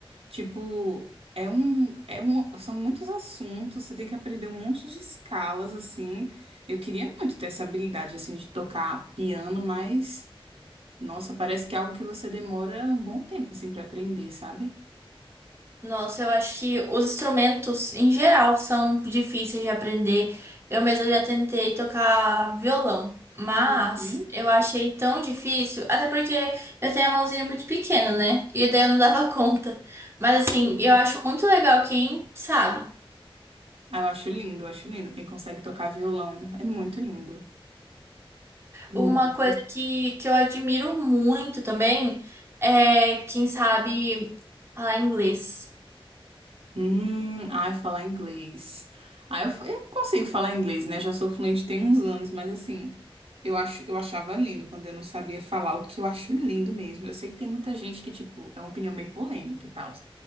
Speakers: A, on the right; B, on the right.
A: Tipo, é um, é um, são muitos assuntos, você tem que aprender um monte de escalas, assim. Eu queria muito ter essa habilidade, assim, de tocar piano, mas, nossa, parece que é algo que você demora um bom tempo, assim, para aprender, sabe?
B: Nossa, eu acho que os instrumentos em geral são difíceis de aprender. Eu mesma já tentei tocar violão, mas
A: Uhum.
B: eu achei tão difícil, até porque eu tenho a mãozinha muito pequena, né? E daí eu não dava <laughs> conta. Mas assim,
A: Uhum.
B: eu acho muito legal quem sabe.
A: Ah, eu acho lindo, eu acho lindo quem consegue tocar violão. É muito lindo. Muito.
B: Uma coisa que, que eu admiro muito também é quem sabe falar inglês.
A: Hum, ai, falar inglês. Ah, eu, eu consigo falar inglês, né? Já sou fluente tem uns anos, mas assim, eu acho, eu achava lindo quando eu não sabia falar, o que eu acho lindo mesmo. Eu sei que tem muita gente que, tipo, é uma opinião bem polêmica e tal.